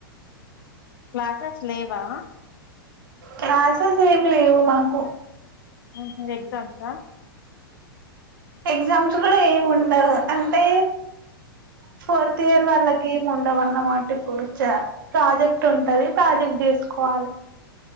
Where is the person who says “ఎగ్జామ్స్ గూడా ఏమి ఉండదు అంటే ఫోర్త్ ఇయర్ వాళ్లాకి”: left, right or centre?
Right